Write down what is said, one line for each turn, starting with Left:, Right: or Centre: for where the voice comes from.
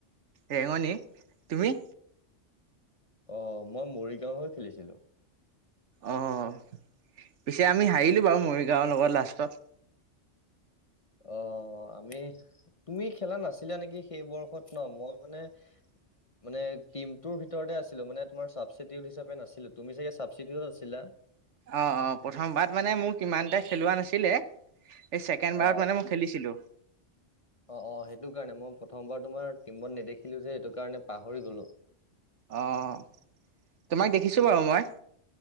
Right: ৰেঙণী তুমি।
Left: অ', মই মৰিগাঁৱ হৈ খেলিছিলোঁ।
Right: অ', পিছে আমি হাৰিলোঁ বাৰু মৰিগাঁৱৰ লগত লাষ্টত।
Left: অ', আমি তুমি খেলা নাছিলা নেকি সেই বৰ্ষত ন মই মানে মানে টিমটোৰ ভিতৰতে আছিলো মানে তোমাৰ ছাবচিডিউ হচাপে নাছিলো তুমি চাগে চাবচিডিউত আছিলা।
Right: অ', অ', প্ৰথম বাৰত মানে মোক কিমান এটা খেলোৱা নাছিলে এই ছেকেণ্ড
Left: অ
Right: বাৰত মানে মোক খেলিছিলোঁ।
Left: অ', অ', সেইটো কাৰণে মই প্ৰথমবাৰ তোমাৰ টিমত নেদেখিলো যে সেইটো কাৰণে পাহৰি গলো।
Right: অ', তোমাক দেখিছোঁ বাৰু মই।